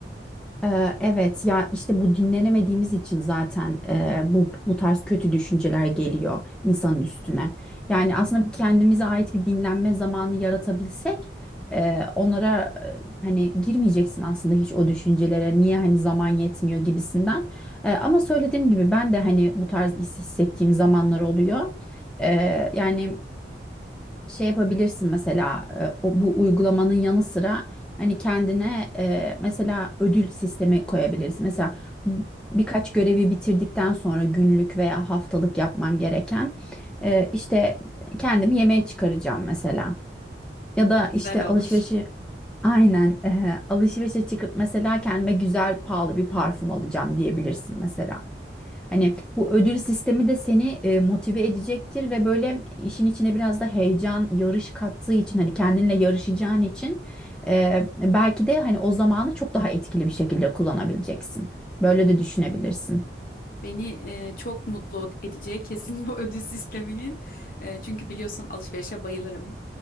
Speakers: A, in the centre; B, on the left.
A: Ee, Evet ya işte bu dinlenemediğimiz için zaten e, bu bu tarz kötü düşünceler geliyor insanın üstüne.
B: Hı.
A: Yani aslında bir kendimize ait bir dinlenme zamanı yaratabilsek e, onlara e, hani girmeyeceksin aslında hiç o düşüncelere niye hani zaman yetmiyor gibisinden. E, ama söylediğim gibi ben de hani bu tarz his hissettiğim zamanlar oluyor. E, yani şey yapabilirsin mesela e, o, bu uygulamanın yanı sıra hani kendine e, mesela ödül sistemi koyabilirsin. Mesela b- birkaç görevi bitirdikten sonra günlük veya haftalık yapman gereken e, işte kendimi yemeğe çıkaracağım mesela. Ya da
B: Güzel
A: işte alışverişi
B: olur.
A: aynen e, alışverişe çıkıp mesela kendime güzel pahalı bir parfüm alacağım diyebilirsin mesela. Hani bu ödül sistemi de seni e, motive edecektir ve böyle işin içine biraz da heyecan, yarış kattığı için hani kendinle yarışacağın için e, belki de hani o zamanı çok daha etkili bir şekilde kullanabileceksin. Böyle de düşünebilirsin.
B: Beni e, çok mutlu edecek kesin bu ödül sisteminin. E, çünkü biliyorsun alışverişe bayılırım.